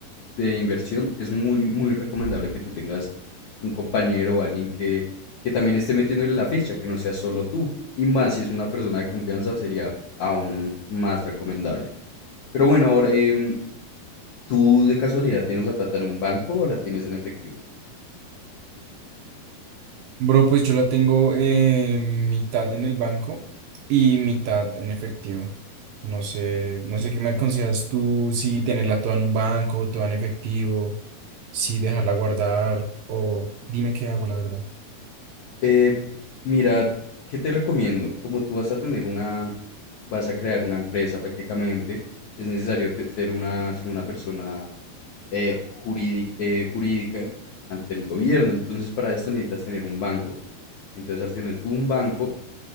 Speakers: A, on the left; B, on the right.
A: de inversión, es muy, muy recomendable que tú tengas un compañero o alguien que, que también esté metiéndole la ficha, que no sea solo tú. Y más si es una persona de confianza, sería aún más recomendable. Pero bueno, ahora, em, ¿tú de casualidad tienes la plata en un banco o la tienes en efectivo?
B: Bro, pues yo la tengo eh, mitad en el banco y mitad en efectivo. No sé, no sé qué me aconsejas tú, si tenerla toda en un banco, toda en efectivo, si dejarla guardar o dime qué hago, la verdad.
A: Eh, mira, ¿qué te recomiendo? Como tú vas a tener una, vas a crear una empresa prácticamente, es necesario te- ser una, ser una persona eh, jurídi- eh, jurídica ante el gobierno. Entonces, para esto necesitas tener un banco. Entonces, al tener tú un banco,